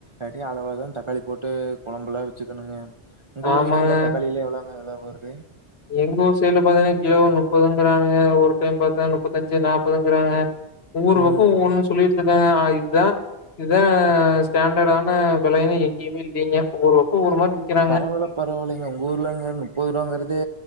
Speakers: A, on the right; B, on the left.
A: அதி அளவா தா தக்காளி போட்டு கொழம்புல வச்சுக்கணுங்க உங்க ஊரு
B: ஆமாங்க.
A: சைடுல தக்காளிலா எவ்ளவுங்க வெல வருது
B: எங்க ஊர் சைட்ல பாத்தீங்கன்னா கிலோ முப்பதுங்கிறாங்க ஒரு டைம் பாத்தா முப்பத்தஞ்சு நாப்பதுங்கிறாங்க ஒவ்வொரு
A: ம்.
B: பக்க ஒவ்வொனு சொல்லிட்ருக்காங்க அ இதா இதா ஸ்டாண்டர்டான வெலயுனு எங்கயுமே இல்லிங்க ஒவ்வொரு பக்கோ ஒரு மாரி விக்கிறாங்க.
A: பரவால்ல பரவாலிங்க உங்க ஊர்லங்க முப்பது ரூபாங்கறது